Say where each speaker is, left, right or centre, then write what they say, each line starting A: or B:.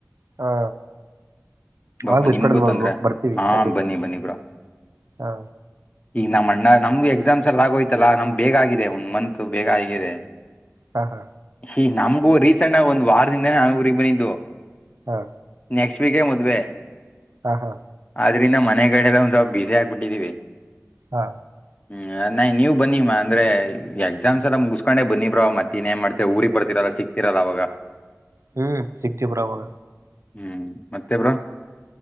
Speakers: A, on the right; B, on the left.
A: ಹಾ
B: ಪಾಪ
A: ಆಗ್ ಬಿಸಪೇಟಲ್
B: ನಿಮಗೂ
A: ಹೋಗ್ಬೋ
B: ತೊಂದರೆ
A: ಬರ್ತೀವಿ
B: ಹಾಂ
A: ಖಂಡಿತ
B: ಬನ್ನಿ ಬನ್ನಿ ಬ್ರೋ
A: ಹಾ
B: ಈಗ ನಮ್ಮ್ ಅಣ್ಣ ನಮ್ದು ಎಕ್ಸಾಮ್ಸ್ ಎಲ್ಲ ಆಗೋಯ್ತಲ್ಲಾ ನಮ್ ಬೇಗ ಆಗಿದೆ ಒಂದ್ ಮಂತ್ ಬೇಗ ಆಗಿದೆ
A: ಹಾ ಹಾ
B: ಹ ನಮಗೂ ರೀಸೆಂಟ್ ಆಗ ಒಂದ ವಾರದಿಂದಾನೇ ನಾನು ಊರಿಗೆಗ್ ಬಂದಿದ್ದು
A: ಹಾಂ
B: ನೆಕ್ಸ್ಟ್ ವೀಕೇ ಮದ್ವೆ
A: ಹಾ ಹಾ
B: ಆದದ್ರಿಂದ ಮನೆ ಕಡೆಲ್ಲ ಒಂದ್ ಸ್ವಪ ಬಿಸಿ ಆಕ್ಬಿಟ್ಟಿದ್ದೀವಿ
A: ಹಾ
B: ಹ್ಮ ನ್ ನೀವವು ಬನ್ನಿಮ್ಮ ಅಂದ್ರೆ ಎಕ್ಸಾಮ್ಸ್ ಎಲ್ಲ ಮುಗಿಸಸ್ಕೊಂಡೆ ಬನಿ ಬ್ರೋ ಮತ್ತ ಇನ್ ಏನ್ ಮಾಡ್ತೆ ಊರಿಗೆಗ್ ಬರ್ತಿರಲ್ಲ ಸಿಕ್ತಿರಲ್ಲ ಅವಾಗ
A: ಹ್ಮ್ ಸಿಕ್ಚೆ ಪುರಾವಾಗ
B: ಹ್ಮ್ ಮತ್ತೆ ಬ್ರೋ